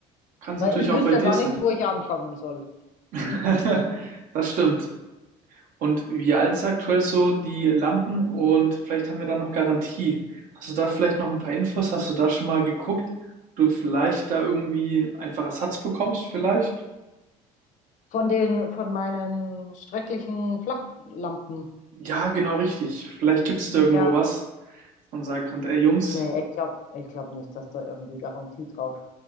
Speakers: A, on the right; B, on the left.
A: kann
B: Weil
A: es natürlich
B: ich wüsste
A: auch bei dir
B: ja gar
A: sein.
B: nicht, wo ich anfangen soll.
A: <laughs>
B: <laughs>
A: Das stimmt. Und wie alt ist aktuell so die Lampen? Und vielleicht haben wir da noch Garantie. Hast du da vielleicht noch ein paar Infos? Hast du da schon mal geguckt, ob du vielleicht da irgendwie einfach Ersatz bekommst, vielleicht?
B: Von den, von meinen schrecklichen Flachlampen.
A: Ja, genau richtig. Vielleicht gibt es da irgendwo
B: Ja,
A: was, dass man sagen kann, ey Jungs,
B: nee, ich glaube, ich glaube nicht, dass da irgendwie Garantie drauf